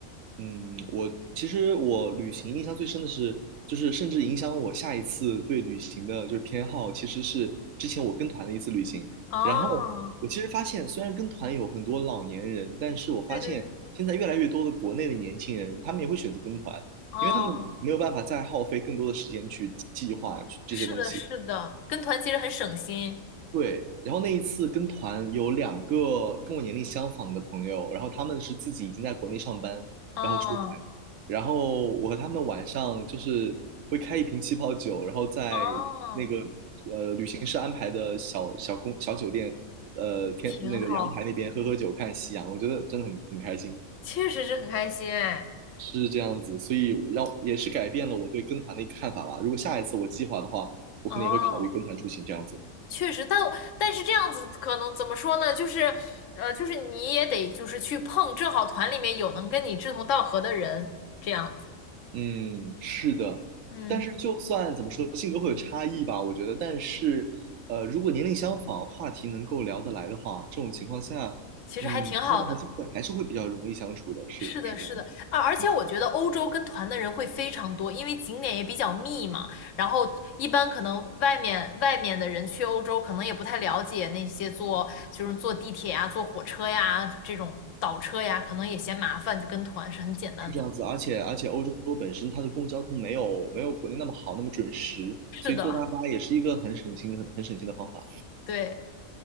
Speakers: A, on the right; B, on the left.
A: 嗯，我其实我旅行印象最深的是，就是甚至影响我下一次对旅行的就是偏好，其实是之前我跟团的一次旅行。
B: 哦，
A: 然后我其实发现，虽然跟团有很多老年人，但是我发现现在越来越多的国内的年轻人，
B: 对对对，
A: 他们也会选择跟团，
B: 哦，
A: 因为他们没有办法再耗费更多的时间去计划这些东西。
B: 是的，是的，跟团其实很省心。
A: 对，然后那一次跟团有两个跟我年龄相仿的朋友，然后他们是自己已经在国内上班，
B: 哦，
A: 然后出来，然后我和他们晚上就是会开一瓶气泡酒，然后在那个呃旅行社安排的小小公小酒店，
B: 哦，
A: 呃天那个阳台那边喝喝酒看夕阳，
B: 挺好，
A: 我觉得真的很很开心，
B: 确实是很开心哎。
A: 是这样子，所以让也是改变了我对跟团的一个看法吧。如果下一次我计划的话，我可能也会考虑跟团出行这样子。
B: 哦。确实，但但是这样子可能怎么说呢？就是，呃，就是你也得就是去碰，正好团里面有能跟你志同道合的人，这样子，
A: 嗯，是的，
B: 嗯，
A: 但是就算怎么说，性格会有差异吧，我觉得。但是，呃，如果年龄相仿，话题能够聊得来的话，这种情况下，
B: 其实还挺好的。
A: 嗯，大家还是会还是会比较容易相处的，是是这样子，
B: 是的，是的，啊，而且我觉得欧洲跟团的人会非常多，
A: 嗯，
B: 因为景点也比较密嘛。然后一般可能外面外面的人去欧洲，可能也不太了解那些坐就是坐地铁呀、坐火车呀这种倒车呀，可能也嫌麻烦，就跟团是很简单的。
A: 是这样子。而且而且，欧洲本身它的公共交通没有没有国内那么好，那么准时，
B: 是的，
A: 所以坐大巴也是一个很省心很很省心的方法。
B: 对。